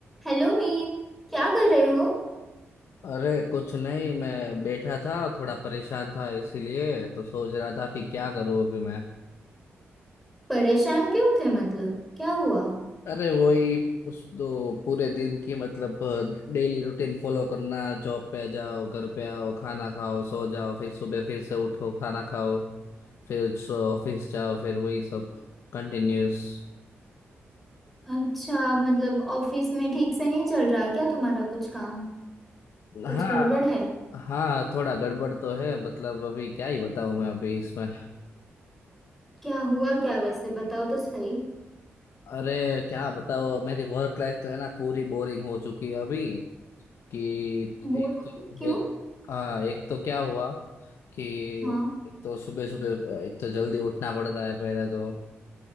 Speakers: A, in the centre; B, on the left.
A: Hello Meet क्या कर रहे हो
B: अरे कुछ नहीं मैं बैठा था थोड़ा परेशान था इसीलिए तो सोच रहा था कि क्या करूं अभी मैं
A: परेशान क्यों थे मतलब क्या हुआ
B: अरे वही उस दो पूरे दिन की मतलब डेली रूटीन फॉलो करना जॉब पे जाओ घर पे आओ खाना खाओ सो जाओ फिर सुबह फिर से उठो खाना खाओ फिर सो ऑफिस जाओ फिर वही सब कंटिन्यूस
A: अच्छा मतलब ऑफिस में ठीक से नहीं चल रहा क्या तुम्हारा कुछ काम कुछ
B: हाँ
A: गड़बड़ है
B: हाँ थोड़ा गड़बड़ तो है मतलब अभी क्या ही बताऊं मैं अभी इसमें
A: क्या हुआ क्या वैसे बताओ तो सही
B: अरे क्या बताओ मेरी वर्क लाइफ तो है ना पूरी बोरिंग हो चुकी है अभी कि
A: बोल
B: एक तो
A: क्यों
B: एक, हाँ एक तो क्या हुआ कि
A: हाँ
B: एक तो सुबह सुबह एक तो जल्दी उठना पड़ता है पहले तो